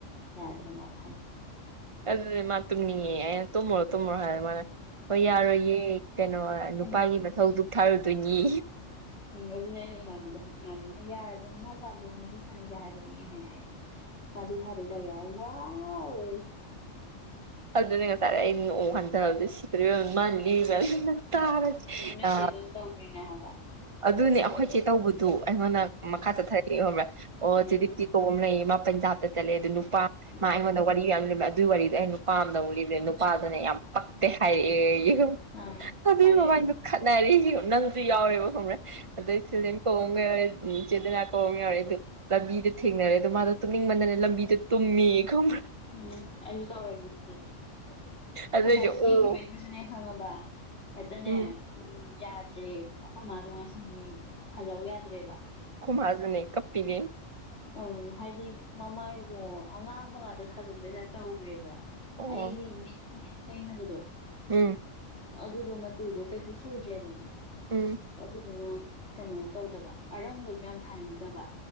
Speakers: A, on the left (about 55°); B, on the right (about 35°).
A: ꯌꯥꯗ꯭ꯔꯦ ꯃꯥ ꯐꯪ
B: ꯑꯗꯨꯗꯤ ꯃꯥ ꯇꯨꯝꯅꯤꯡꯉꯦ ꯑꯩꯅ ꯇꯨꯝꯃꯨꯔꯣ ꯇꯨꯝꯃꯨꯔꯣ ꯍꯥꯏꯔ ꯃꯥꯅ ꯍꯣꯏ ꯌꯥꯔꯣꯏꯌꯦ ꯀꯩꯅꯣ
A: ꯎꯝ
B: ꯅꯨꯄꯥꯒꯤ ꯃꯊꯧꯗꯨ ꯊꯥꯔꯨꯗꯣꯏꯅꯤ
A: ꯎꯝ ꯑꯗꯨꯅꯦ ꯑꯩꯅ ꯏꯃꯥꯕꯤꯗ ꯏꯃꯥꯕꯤꯅ ꯌꯥꯔꯕꯣ ꯏꯅꯥꯎꯄꯥꯗꯣ ꯉꯁꯤ ꯁꯥꯟꯅꯁꯦ ꯍꯥꯏꯕꯅꯤ ꯍꯥꯏꯌꯦ ꯑꯩꯅ ꯃꯥꯗꯨ ꯊꯥꯗꯣꯏ ꯇꯧꯋꯦ ꯋꯥꯋꯦ
B: ꯑꯗꯨꯅꯦ ꯉꯇꯥꯥꯏꯔꯦ ꯑꯩ ꯅꯣꯛꯑꯣ ꯍꯟꯊꯕꯗ ꯁꯤ ꯃꯌꯥꯝ ꯃꯥꯜꯂꯤ ꯃ ꯇꯔ
A: ꯅꯣꯏ
B: ꯑ
A: ꯆꯦꯗꯁꯨ ꯇꯧꯈ꯭ꯔꯤꯅꯦ ꯍꯥꯏꯕ
B: ꯑꯗꯨꯅꯦ ꯑꯩꯈꯣꯏꯆꯦ
A: ꯑꯗꯨꯒ
B: ꯇꯧꯕꯗꯨ ꯑꯩꯉꯣꯟꯗ ꯃꯈꯥ
A: ꯎꯝ
B: ꯆꯠꯊꯔꯛꯏ ꯈꯕ꯭ꯔꯥ ꯑꯣ
A: ꯎꯝ
B: ꯆꯦꯗꯤ ꯇꯤ ꯇꯣ ꯑꯃ ꯂꯩꯌꯦ ꯄꯟꯖꯥꯕꯇ ꯆꯠꯂꯦ ꯑꯗꯨ
A: ꯎꯝ
B: ꯅꯨꯄꯥ
A: ꯎꯝ
B: ꯃꯥ ꯑꯩꯉꯣꯟꯗ ꯋꯥꯔꯤ ꯌꯥꯝ ꯂꯩꯔꯃꯦ ꯑꯗꯨꯒꯤ ꯋꯥꯔꯤꯗꯣ ꯑꯩ ꯄꯥꯝꯗ ꯎꯔꯤꯕꯕꯗ ꯅꯨꯄꯥꯗꯨꯅ ꯌꯥꯝ ꯄꯛꯇꯦ ꯍꯥꯏꯔꯛꯑꯦ
A: ꯑꯥ
B: ꯑꯗꯨ
A: ꯐꯔꯦ
B: ꯃꯃꯗꯨ
A: ꯑꯗꯨꯅ
B: ꯈꯠꯅꯔꯤ ꯅꯪꯁꯨ ꯌꯥꯎꯔꯦꯕ ꯈꯪꯕ꯭ꯔꯦ ꯑꯗꯩ ꯁꯤꯗꯦꯟ ꯀꯧꯕꯃꯒ ꯏꯆꯦꯗꯅꯥ ꯍꯥꯎ ꯌꯥꯎꯔꯛ ꯑꯗꯨ ꯂꯝꯕꯤꯗꯣ ꯊꯦꯡꯅꯔꯦ ꯑꯗꯣ ꯃꯥꯗꯣ ꯇꯨꯝꯅꯤꯡꯃꯟꯗꯅ ꯂꯝꯕꯤꯗ ꯇꯨꯝꯃꯤ ꯈꯪꯕ꯭ꯔꯥ
A: ꯎꯝ ꯑꯩꯁꯨ ꯇꯧꯔꯒꯦ ꯑꯗꯨꯗꯤ
B: ꯑꯗꯨꯗꯩꯁꯨ
A: ꯉꯁꯥꯏ ꯀꯦꯈꯤꯕꯩꯗꯨꯁꯨꯅꯦ
B: ꯑꯣ
A: ꯈꯪꯉꯕ ꯍꯦꯛꯇꯅꯦ
B: ꯎꯝ
A: ꯌꯥꯗ꯭ꯔꯦ ꯑꯩꯈꯣꯏ ꯃꯥꯗꯣ ꯉꯁꯤꯅꯤ ꯐꯖꯧ ꯌꯥꯗ꯭ꯔꯦꯕ
B: ꯈꯨꯃꯖꯅꯦ ꯀꯞꯄꯤꯒꯦ
A: ꯎꯝ ꯍꯥꯏꯗꯤ ꯃꯃꯥꯏꯗꯣ ꯑꯉꯥꯡꯕ ꯉꯥꯛꯇ ꯊꯥꯖꯟꯕꯩ ꯇꯥꯏꯞ ꯇꯧꯈ꯭ꯔꯦꯕ
B: ꯑꯣ
A: ꯑꯩꯒꯤ ꯃꯤꯠ ꯃꯤꯠ ꯇꯩꯅꯕꯗꯣ
B: ꯎꯝ
A: ꯑꯗꯨꯗꯣ ꯃꯆꯨꯗꯣ ꯀꯩꯁꯨ ꯁꯨꯗ꯭ꯔꯦꯗꯅ
B: ꯎꯝ
A: ꯑꯗꯨꯗꯨꯅ ꯀꯩꯅꯣ ꯇꯧꯗꯕ ꯑꯔꯪꯕꯁꯨ ꯌꯥꯝ ꯊꯥꯅꯤꯡꯗꯕ